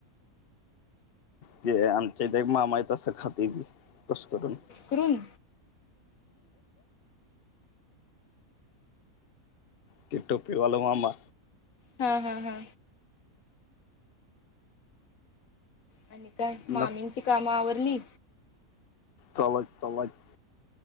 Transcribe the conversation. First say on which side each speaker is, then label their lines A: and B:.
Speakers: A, on the left; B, on the left.
A: ते आमच्याइथ एक मामाय, तसं खातेय ते,, कूसकरून.
B: करून
A: ते टोपीवालं मामा
B: हा हा हा आणि काय,,
A: नस
B: मामींची कामं आवरली?
A: चालु हायत चालू हायत